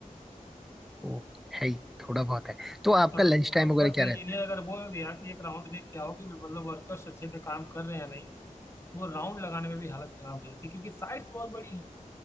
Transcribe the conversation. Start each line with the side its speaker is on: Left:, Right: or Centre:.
Centre: ओ है ही थोड़ा बहुत है तो आपका
Left: अगर
Centre: लंच टाइम
Left: ऊपर
Centre: वगैरह
Left: से
Centre: क्या रहता
Left: इंजीनियर
Centre: है
Left: अगर बोल दिया कि एक राउंड देख के आओ कि मतलब वर्कर्स अच्छे से काम कर रहे हैं या नहीं तो वो राउंड लगाने में भी हालत खराब हो जाती है क्योंकि साइट्स बहुत बड़ी हैं